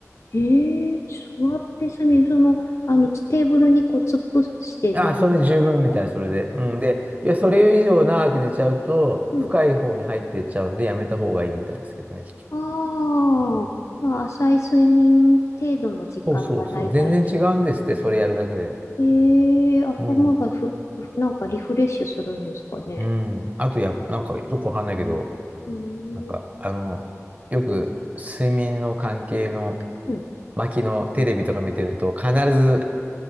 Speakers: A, on the left; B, on the right.
A: ええ座ってすみる。その、あの、テーブルにこう突っ伏して寝るとかでも
B: あ、それで十分みたい、それで。うん。で、いや、それ以上長く寝ちゃうと、
A: うん。
B: 深い方に入っていっちゃうんで、やめた方がいいみたいですけどね。
A: ああ、
B: うん
A: じゃあ浅い睡眠程度の時間がだいたい中。
B: そうそうそう。全然違うんですって、それやるだけで。
A: ええ頭がふ、
B: うん。
A: ふなんかリフレッシュするんですかね。
B: うん。あと、やっぱ、なんかよくわかんないけど、
A: うー
B: なんか、
A: ん。
B: あの、よく睡眠の関係の
A: うん。
B: 巻のテレビとか見てると、必ず